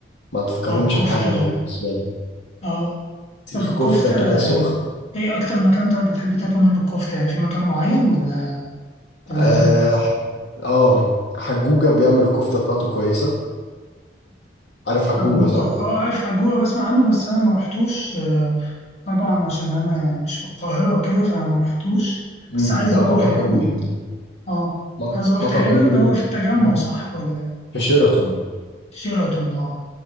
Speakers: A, on the left; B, on the left.
A: ما تتقارنش
B: والكفته
A: بحاجة بالنسبة لي
B: اه
A: سيخ
B: طب الكفته
A: كفتة كده سخن
B: ايه اكتر مكان طيب بتحب تاكل منه الكفته يعني في مكان معين ولا ولا
A: آه,
B: لا
A: آه حجوجة بيعمل الكفتة بتاعته كويسة عارف حجوجة
B: حجوجة
A: صح؟
B: اه عارف حجوجة بسمع عنه بس انا ما رحتوش آه، طبعا عشان انا مش من القاهرة وكده فما رحتوش
A: مم.
B: بس عايز
A: لا
B: اروح
A: مطعم
B: يعني
A: حلو جدا
B: اه
A: مط-
B: عايز اروح
A: مطعم
B: تقريبا
A: حلو جدا
B: هو في التجمع
A: مم.
B: صح ولا
A: في شيراتون
B: شيراتون اه